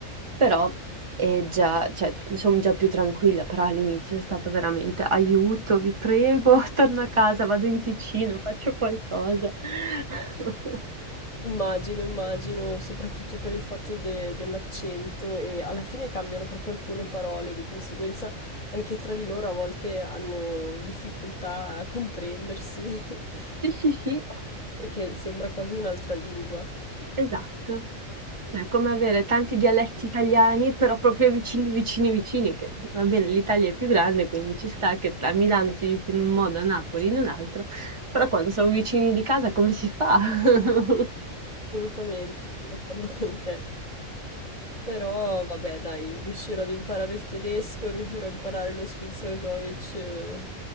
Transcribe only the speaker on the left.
Immagino, immagino, soprattutto per il fatto de dell'accento e alla fine cambiano proprio alcune parole, di conseguenza anche tra di loro a volte hanno difficoltà a comprendersi, <laughs>
perché sembra quasi un'altra lingua.
Assolutamente, sono d'accordo con te. Però vabbè, dai, riuscirò ad imparare il tedesco, riuscirò a imparare lo Schweizerdeutsch eh,